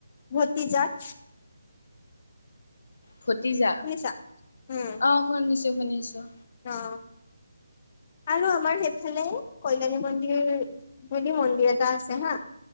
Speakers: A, on the left (about 35°); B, on the left (about 65°).
A: ভতিজাত
B: ভতিজা
A: শুনিছা উম
B: অ শুনিছোঁ শুনিছোঁ
A: অ আৰু আমাৰ সেইফালে কল্যাণী মন্দিৰ বুলি মন্দিৰ এটা আছে হা